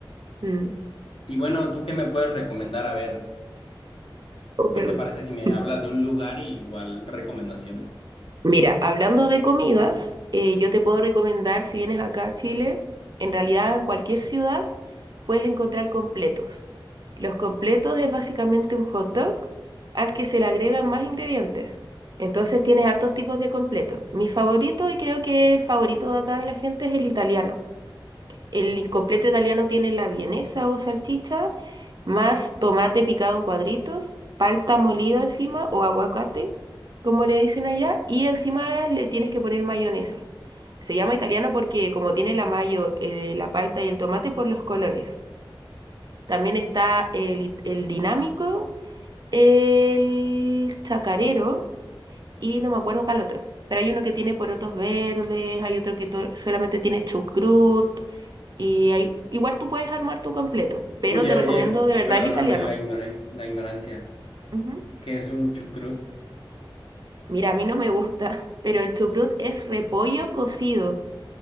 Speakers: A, on the right (about 50°); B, on the left (about 85°).
A: Mm.
B: Y bueno, ¿tú qué me puedes recomendar? A ver,
A: Oh, perdón.
B: ¿qué te parece si me
A: <laughs>
B: hablas de un lugar y igual recomendaciones?
A: Mira, hablando de comidas, eh, yo te puedo recomendar, si vienes acá a Chile, en realidad en cualquier ciudad puedes encontrar completos. Los completos es básicamente un hot dog al que se le agregan más ingredientes. Entonces tienes hartos tipos de completos. Mi favorito y creo que el favorito de acá de la gente es el italiano. El completo italiano tiene la vienesa o salchicha, más tomate picado en cuadritos, palta molida encima o aguacate, como le dicen allá, y encima le tienes que poner mayonesa. Se llama italiano porque como tiene la mayo, eh, la palta y el tomate por los colores. También está el, it- el dinámico, el chacarero y no me acuerdo cuál otro. Pero hay uno que tiene porotos verdes, hay otro que to- solamente tiene chucrut. Y ahí, igual tú puedes armar tu completo, pero
B: Oye,
A: te
B: oye,
A: recomiendo de verdad
B: perdóname
A: el italiano.
B: la ignoran- la ignorancia.
A: Ujú.
B: ¿Qué es un chucrut?
A: Mira, a mí no me gusta, <laughs> pero el chucrut es repollo cocido,